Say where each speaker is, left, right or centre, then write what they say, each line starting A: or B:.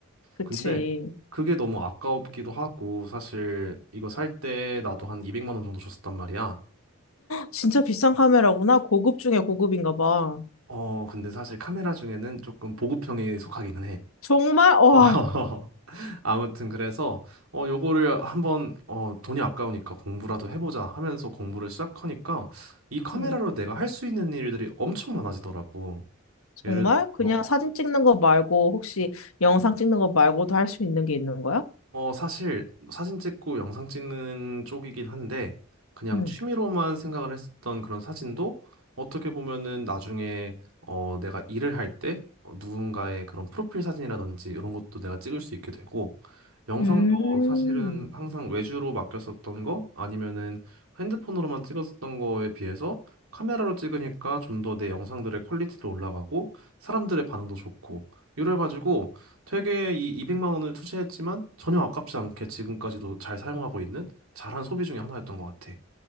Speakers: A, on the left; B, on the right.
A: 그치.
B: 근데 그게 너무 아까우기도 하고 사실 이거 살 때 나도 한 200만 원 정도 줬었단 말이야.
A: 진짜 비싼 카메라구나. 고급 중에 고급인가 봐.
B: 어, 근데 사실 카메라 중에는 조금 보급형에 속하기는 해.
A: 정말, 와,
B: <laughs> 아무튼 그래서 어 요거를 한번 어 돈이 아까우니까 공부라도 해보자 하면서 공부를 시작하니까 이 카메라로
A: 응.
B: 내가 할 수 있는 일들이 엄청 많아지더라고.
A: 정말?
B: 예를
A: 그냥
B: 들어
A: 사진 찍는 거 말고, 혹시 영상 찍는 거 말고도 할 수 있는 게 있는 거야?
B: 어, 사실 사진 찍고 영상 찍는 쪽이긴 한데 그냥
A: 응.
B: 취미로만 생각을 했었던 그런 사진도 어떻게 보면은 나중에 어, 내가 일을 할때 어, 누군가의 그런 프로필 사진이라든지 이런 것도 내가 찍을 수 있게 되고 영상도
A: 음,
B: 사실은 항상 외주로 맡겼었던 거 아니면은 핸드폰으로만 찍었었던 거에 비해서 카메라로 찍으니까 좀 더 내 영상들의 퀄리티도 올라가고 사람들의 반응도 좋고 이래가지고 되게 이 200만 원을 투자했지만 전혀 아깝지 않게 지금까지도 잘 사용하고 있는 잘한 소비 중에 하나였던 것 같아.